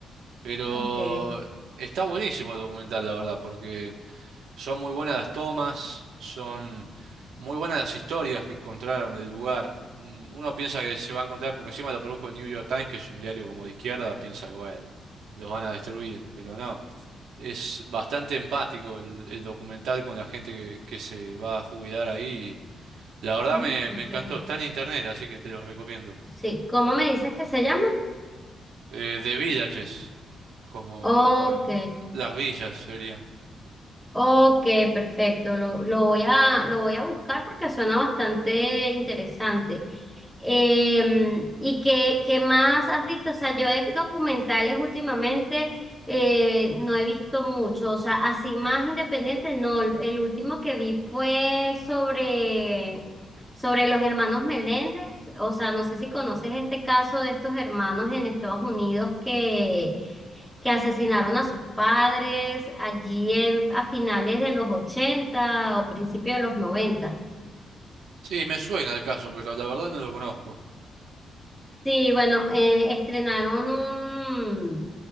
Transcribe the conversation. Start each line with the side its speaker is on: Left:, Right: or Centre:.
Right: Pero
Centre: Ok.
Right: está buenísimo el documental, la verdad, porque son muy buenas las tomas, son muy buenas las historias que encontraron del lugar. Mm, Uno piensa que se va a encontrar, porque encima lo produjo el New York Times, que es un diario como de izquierda, piensa que bueno, los van a destruir, pero no. Es bastante empático el, el documental con la gente que, que se va a jubilar ahí. La verdad
Centre: Mm,
Right: me,
Centre: ok.
Right: me encantó, está en internet, así que te lo recomiendo.
Centre: Sí, ¿cómo me dices que se llama?
Right: eh, de villages, como,
Centre: Ok,
Right: bueno, las villas sería.
Centre: ok, perfecto. Lo, lo voy a, lo voy a buscar porque suena bastante interesante. Eh, ¿y qué, qué más has visto? O sea, yo de documentales últimamente eh, no he visto mucho. O sea, así más independiente, no. El último que vi fue sobre Sobre los hermanos Meléndez, o sea, no sé si conoces este caso de estos hermanos en Estados Unidos que, que asesinaron a sus padres allí en- a finales de los 80 o principios de los noventa
Right: Sí, me suena el caso, pero la verdad no lo conozco.
Centre: Sí, bueno, eh, estrenaron un,